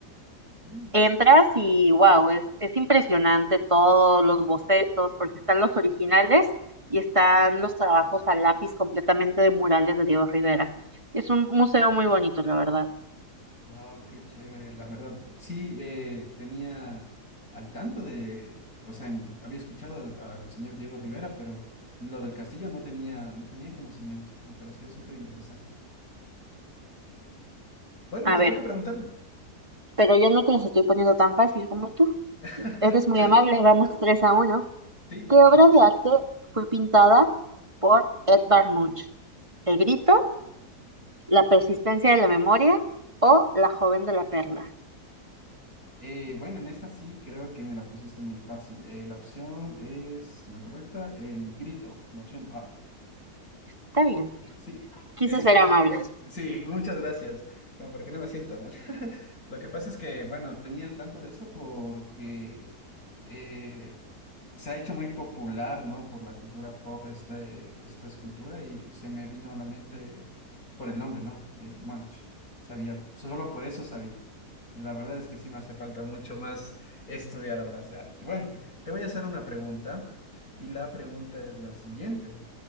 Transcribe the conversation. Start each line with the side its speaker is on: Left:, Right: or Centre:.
Left: ¿En serio?
Right: Entras y wow, es, es impresionante todos los bocetos, porque están los originales y están los trabajos a lápiz completamente de murales de Diego Rivera. Es un museo muy bonito, la verdad.
Left: Wow, qué chévere, la verdad. Sí, eh, tenía al tanto de, o sea, en- había escuchado al señor Diego Rivera, pero lo del castillo no tenía, no tenía conocimiento. Me pareció súper interesante. Bueno,
Right: A
Left: te
Right: ver,
Left: toca preguntarme.
Right: pero yo no te los estoy poniendo tan fácil como tú.
Left: <laughs>
Right: Eres muy amable, vamos tres a uno
Left: Sí, me
Right: ¿Qué
Left: vas
Right: obra
Left: ganando.
Right: de arte fue pintada por Edvard Munch? ¿El grito, la persistencia de la memoria o la joven de la perla?
Left: Eh, bueno, en esta sí creo que me la pusiste muy fácil. Eh, la opción es la correcta, el grito, la opción A.
Right: Está bien.
Left: Sí,
Right: Quise
Left: es
Right: ser
Left: por,
Right: amable.
Left: sí, muchas gracias. Como para que no me sienta mal. <laughs> Lo que pasa es que, bueno, tenía el tanto de esto porque eh, se ha hecho muy popular, ¿no? Por la cultura pop este, esta escultura y se me vino a la mente por el nombre, ¿no? Eh, Munch. Sabía, solo por eso sabía. La verdad es que sí me hace falta mucho más estudiar obras de arte. Bueno, te voy a hacer una pregunta y la pregunta es la siguiente.